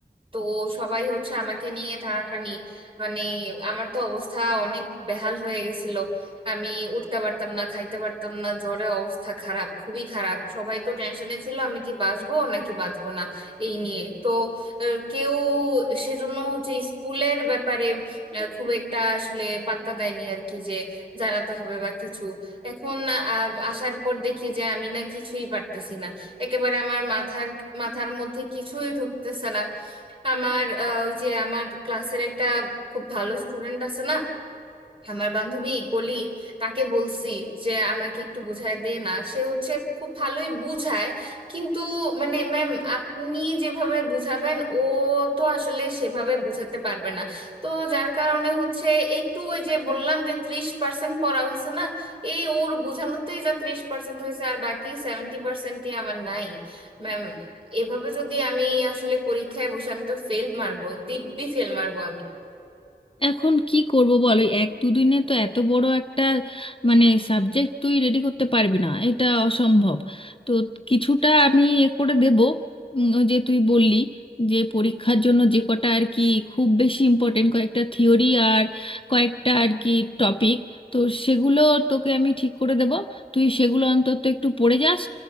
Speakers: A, on the right; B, on the left.
A: তো সবাই হচ্ছে আমাকে নিয়ে টানাটানি মানে আমার তো অবস্থা অনেক বেহাল হয়ে গেছিল আমি উঠতে পারতাম না খাইতে পারতাম না জ্বরে অবস্থা খারাপ খুবই খারাপ সবাই তো টেনশনে ছিল আমি কি বাঁচবো নাকি বাঁচবো না এই নিয়ে তো আহ, কেউ সেজন্য হচ্ছে স্কুলের ব্যাপারে আহ, খুব একটা আসলে পাত্তা দেয়নি আর কি যে জানাতে হবে বা কিছু এখন আহ, আসার পর দেখি যে আমি না কিছুই পারতেছি না একেবারে আমার মাথার মাথার মধ্যে কিছুই ঢুকতেছে না আমার আহ, ওই যে আমার ক্লাসের একটা খুব ভালো স্টুডেন্ট আছে না আমার বান্ধবী কলি তাকে বলছি যে আমাকে একটু বুঝায় দে না সে হচ্ছে খুব ভালোই বুঝায় কিন্তু মানে ম্যাম আপনি যেভাবে বুঝাবেন ও তো আসলে সেভাবে বুঝাতে পারবে না তো যার কারণে হচ্ছে একটু ওই যে বললাম যে ত্রিশ পার্সেন্ট পড়া হয়েছে না এই ওর বোঝানোতেই যা ত্রিশ পার্সেন্ট হয়েছে আর বাকি সেভেন্টি পার্সেন্টই আমার নাই ম্যাম এভাবে যদি আমি আসলে পরীক্ষায় বসে আমি তো ফেল মারবো দিব্যি ফেল মারবো আমি
B: এখন কি করব বলো এই এক দুদিনে তো এত বড় একটা মানে সাবজেক্ট তুই রেডি করতে পারবি না এটা অসম্ভব তো কিছুটা আমি এ করে দেব উম, ওই যে তুই বললি যে পরীক্ষার জন্য যে কটা আর কি খুব বেশি ইম্পর্টেন্ট কয়েকটা থিওরি আর কয়েকটা আর কি টপিক তো সেগুলো তোকে আমি ঠিক করে দেব তুই সেগুলো অন্তত একটু পড়ে যাস